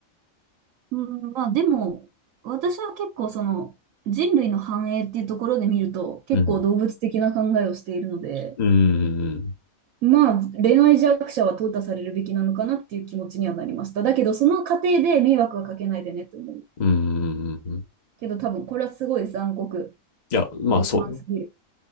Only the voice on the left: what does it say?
うん。うーん。
うーん。
いや、まあ、
そうよ。